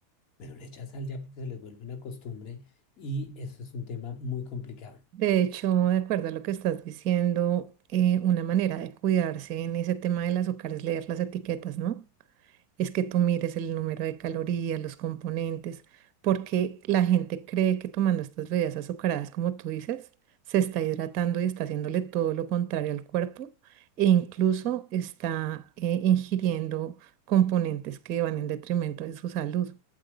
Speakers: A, on the left (about 45°); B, on the right (about 45°).
A: pero le echa sal ya porque se les vuelve una costumbre y eso es un tema muy complicado.
B: De hecho, de acuerdo a lo que estás diciendo, eh, una manera de cuidarse en ese tema del azúcar es leer las etiquetas, ¿no? es que tú mires el número de calorías, los componentes, porque la gente cree que tomando estas bebidas azucaradas, como tú dices, se está hidratando y está haciéndole todo lo contrario al cuerpo e incluso está eh, ingiriendo componentes que van en detrimento de su salud.